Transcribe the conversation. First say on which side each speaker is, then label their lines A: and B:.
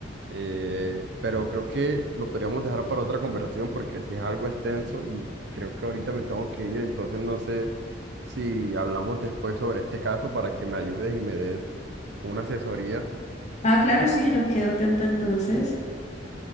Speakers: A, on the right; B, on the left.
A: eh, pero creo que lo podríamos dejar para otra conversación porque si es algo extenso y creo que ahorita me tengo que ir, entonces no sé si hablamos después sobre este caso para que me ayudes y me des una asesoría.
B: Ah, claro, sí, yo quedo atenta entonces.